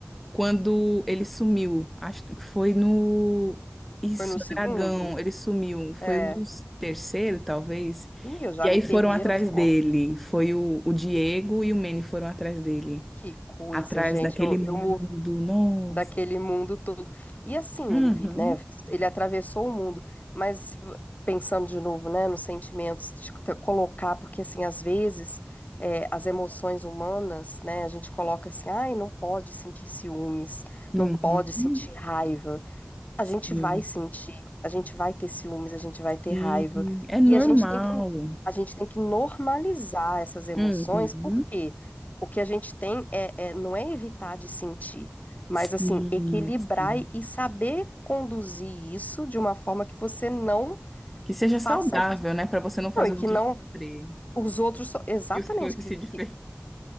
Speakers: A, in the centre; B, on the left.
A: quando ele sumiu. Acho que foi no. Isso,
B: foi no segundo?
A: Dragão, ele sumiu. Foi
B: É.
A: um dos terceiro, talvez.
B: Ih, eu já
A: E
B: me
A: aí
B: perdi
A: foram atrás
B: as contas.
A: dele. Foi o, o Diego e o Manny foram atrás dele.
B: Que coisa,
A: Atrás
B: gente.
A: daquele
B: Eu,
A: mundo.
B: eu,
A: Nossa.
B: daquele mundo todo. E assim,
A: Uhum.
B: ele, vi- né, ele atravessou o mundo, mas se vo- pensando de novo, né, nos sentimentos, de te- colocar, porque assim, às vezes é, as emoções humanas, né, a gente coloca assim, ai, não pode sentir ciúmes,
A: Uhum.
B: não pode sentir raiva, a
A: Sim,
B: gente vai sentir, a gente vai ter ciúmes, a gente vai ter
A: sim.
B: raiva.
A: É normal.
B: E a gente tem que, a gente tem que normalizar essas emoções,
A: Uhum.
B: porque o que a gente tem é, é- não é evitar de sentir, mas
A: Sim,
B: assim, equilibrar
A: sim.
B: e e saber conduzir isso de uma forma que você não
A: Que seja
B: faça
A: saudável,
B: isso,
A: né? Pra você não fazer
B: não, e que
A: outros
B: não
A: sofrer.
B: os outros, so- exatamente,
A: Isso foi o que
B: que,
A: o Cid fez.
B: que,